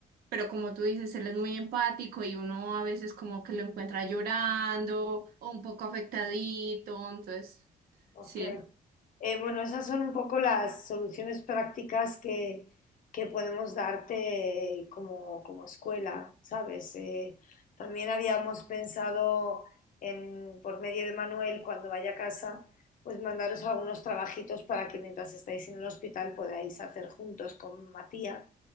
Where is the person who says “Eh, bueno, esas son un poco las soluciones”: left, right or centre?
Left